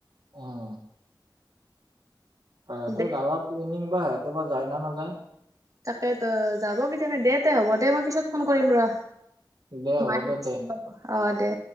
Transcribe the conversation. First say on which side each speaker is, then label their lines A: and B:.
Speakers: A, on the right; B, on the right.
A: অ'। সিহঁতে
B: দে
A: যাবা প্লেনিং বা সিহঁতে বা যায় না নাযায়
B: তাকে তো যাব কিজানি দে তে হ'ব দে মই পিছত ফোন কৰিম ৰ
A: দে হ'ব
B: মান
A: দে তে
B: <unintelligible> অহ দে